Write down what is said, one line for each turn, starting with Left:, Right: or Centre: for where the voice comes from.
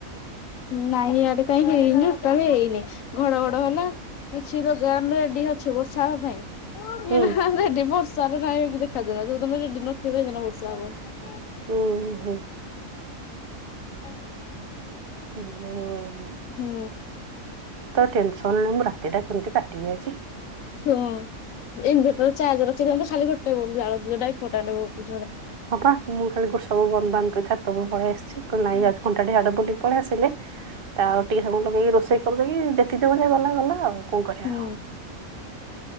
Left: ନାଁଇ ଇଆଡେ କାଇ ହେଇନି ଟୋଟାଲି ହେଇନି। ଘଡ, ଘଡ ହେଲା କିଛି ଲ ଗାମ ରେଡି ଅଛ ବର୍ଷା ହେବା ପାଇଁ
Right: ହୁଁ
Left: ଏଇ ରେଡି ବର୍ଷାରେ ନ କି ଦେଖାାଯନା ଯଉଦିନ ରେଡି ନି ପଇ ନା ବର୍ଷାବ <inaudible>
Right: ହୁଁ ହୁଁ।
Left: ଅଫ ।
Right: ଉ ହୁଁ।
Left: ହୁଁ।
Right: ଟେନସନରେ ମୁଁ ରାତିଟା କେମିତି କାଟିବି ଆଜି।
Left: ହଁ ଇନଭର୍ଟର ଚାର୍ଜ ରଖିଥାନ୍ତୁ ଖାଲି ଗୋଟେ ବେଳୁ ଯାଳନ୍ତୁ, ଯଉଟା ଇମ୍ପୋର୍ଟାଣ୍ଟ ଭଉତୁ ଯୋଉଟା ।
Right: ହଁ ବା ମୁଁ ଖାଲି ଗୋ ସବୁ ବନ୍ଦ ବାନ୍ଦ କ ଛାତ ଉପରକୁ ପଳେଇ ଆସିଛୁ। ନାଇଁ
Left: ହୁଁ
Right: ଘଣ୍ଟା ଇଆଡେ ବୁଲିକି ପଳେଇ ଆସିଲେ ତା ଆଉ ଟିକେ ସମୟ ଲଗେଇକି ରୋଷେଇ କରିଦେଇକି। ଯେତିକ ସ ଯାଏ ଗଲା ଗଲା ଆଉ। କଣ କରିବା।
Left: ହୁଁ